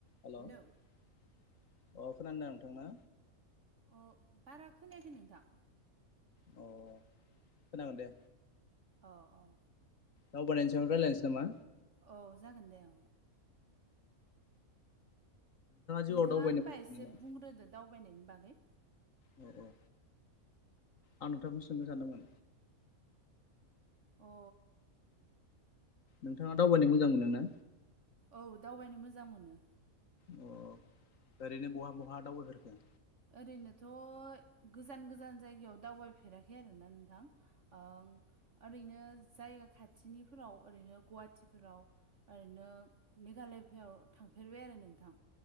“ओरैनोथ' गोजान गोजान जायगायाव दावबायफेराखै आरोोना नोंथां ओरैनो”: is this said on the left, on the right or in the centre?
Right